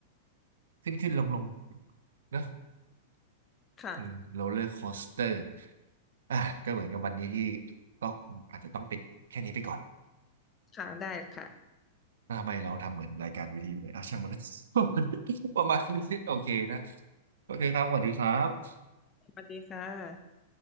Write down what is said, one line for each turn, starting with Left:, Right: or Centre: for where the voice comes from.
Right: ขึ้นขึ้นลงลงๆเนอะ
Left: ค่ะ
Right: อืมโรลเลอร์โคสเตอร์อ่ะก็เหมือนกับวันนี้ที่ก็คงอาจจะต้องปิดแค่นี้ไปก่อน
Left: ค่ะได้ค่ะ
Right: อ่ะทำไมเราทำเหมือนรายการวิทยุเลยอ่ะช่างมัน <laughs> ประมาณนี้โอเคนะโอเคครับสวัสดีครับ
Left: สวัสดีค่ะ